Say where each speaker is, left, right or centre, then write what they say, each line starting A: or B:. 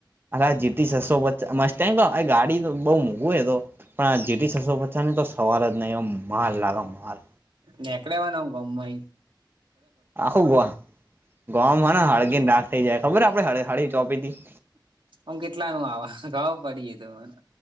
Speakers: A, on the right; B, on the right.
A: અ જીતી છસો. મસ્ત ટાઈમ, ગાડી તો બહુ મોઘું એ તો. પણ આ જેટી સસો પછા નની તો સવાર જ નહી એ માલ લાગે માલ,
B: નેકળેવાના ગમમા
A: આખું ગોવા ગોવામાં ને હળગીને દાક થઈ જાય ખબર આપણે હળ હળી ચોપી હતી.
B: ઓમ કેટલા નુ આવ ખબર પડી એ તો મને.